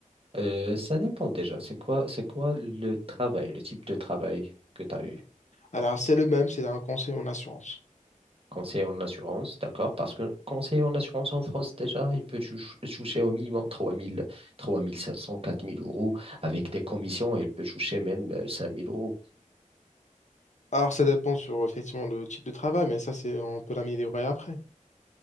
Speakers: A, on the right; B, on the left.
A: Euh, ça dépend déjà. C'est quoi, c'est quoi le travail, le type de travail que tu as eu?
B: Alors, c'est le même, c'est un conseil en assurance.
A: Conseiller en assurance, d'accord? Parce que conseiller en assurance en France, déjà, il peut touch- toucher au minimum trois mille, trois mille cinq cents, quatre mille euros avec des commissions et il peut toucher même euh, cinq mille euros.
B: Alors, ça dépend sur effectivement le type de travail, mais ça, c'est on peut l'améliorer après.